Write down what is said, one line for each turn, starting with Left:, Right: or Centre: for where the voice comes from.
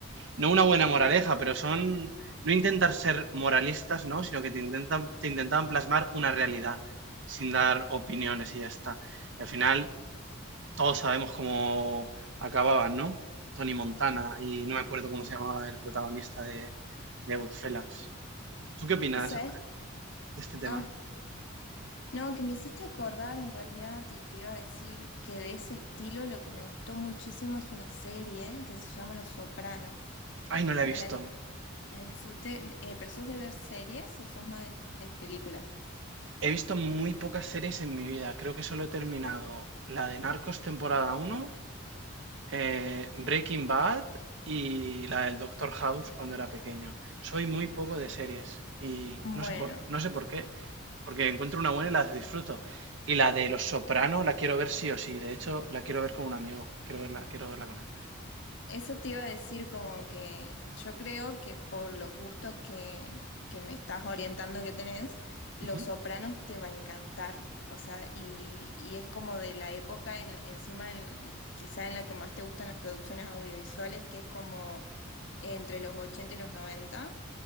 Right: no una buena moraleja, pero son no intentar ser moralistas, ¿no? Sino que te intentan, te intentaban plasmar una realidad sin dar opiniones y ya está. Y al final todos sabemos cómo acababan, ¿no? Tony Montana y no me acuerdo cómo se llamaba el protagonista de, de Goodfellas. ¿Tú qué opinas
Left: ¿Sabes?
Right: de este tema?
Left: Ah, no, que me hiciste acordar en realidad y te iba a decir que de ese estilo lo que me gustó muchísimo es una serie que se llama Los Sopranos
Right: Ay, no la
Left: Pero
Right: he visto.
Left: la, di- la disfruté. Eh, ¿pero sos de ver series o sos más de, de películas?
Right: He visto muy pocas series en mi vida. Creo que solo he terminado la de Narcos temporada uno eh, Breaking Bad y la del Doctor House cuando era pequeño. Soy muy poco de series y
Left: Bueno,
Right: no sé por, no sé por qué, porque encuentro una buena y las disfruto. Y la de Los Soprano la quiero ver sí o sí. De hecho, la quiero ver con un amigo. Quiero verla, quiero verla con él.
Left: eso te iba a decir como que yo creo que por los gustos que, que me estás orientando que tenés, Los
Right: Ujú,
Left: Sopranos te va a encantar. O sea, y, y es como de la época en la- encima en- quizá en la que más te gustan las producciones audiovisuales, que es como entre los 80 y los noventa